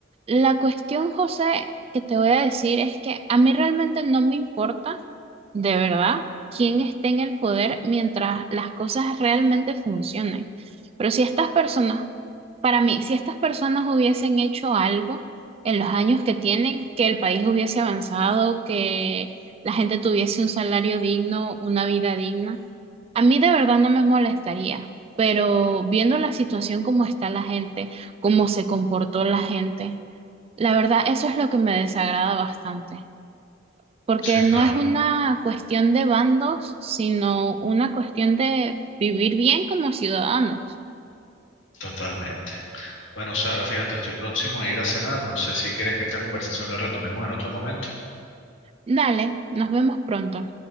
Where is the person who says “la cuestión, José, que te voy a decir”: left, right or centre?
Right